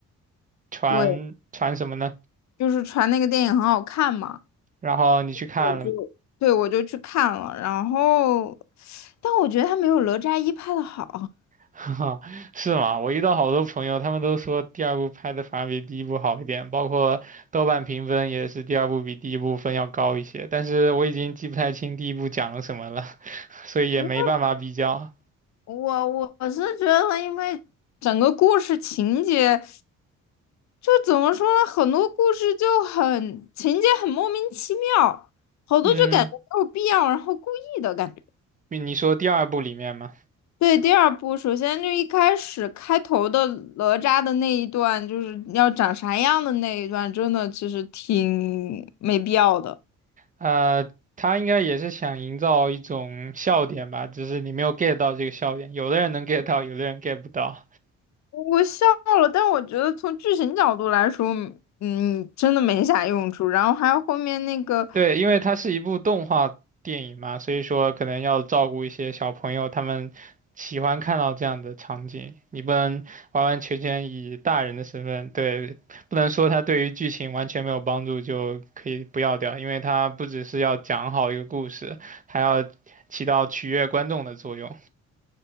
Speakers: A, on the right; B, on the left.
A: 传传什么呢？
B: 对，就是传那个电影很好看嘛，
A: 然后你去看了吗？
B: 我就对我就去看了，然后但我觉得它没有哪吒一拍的好。
A: 哈，<laughs> 是吗？我遇到好多朋友，他们都说第二部拍的反而比第一部好一点，包括豆瓣评分也是第二部比第一部分要高一些。但是我已经记不太清第一部讲了什么了，<laughs> 所以也没办法比较。
B: <laughs> 我我是觉得，因为整个故事情节，就怎么说呢，很多故事就很情节很莫名其妙，好多就感觉没有必要，
A: 嗯，
B: 然后故意的感觉。
A: 你你说第二部里面嘛，
B: 对，第二部首先就一开始开头的哪吒的那一段，就是要长啥样的那一段，真的其实挺没必要的。
A: 呃，他应该也是想营造一种笑点吧，只是你没有 get 到这个笑点。有的人能 get 到，有的人 get 不到。
B: 我笑了，但我觉得从剧情角度来说，嗯，真的没啥用处。然后还有后面那个。
A: 对，因为它是一部动画电影嘛，所以说可能要照顾一些小朋友，他们喜欢看到这样的场景。你不能完完全全以大人的身份，对，不能说它对于剧情完全没有帮助就可以不要掉，因为它不只是要讲好一个故事，还要起到取悦观众的作用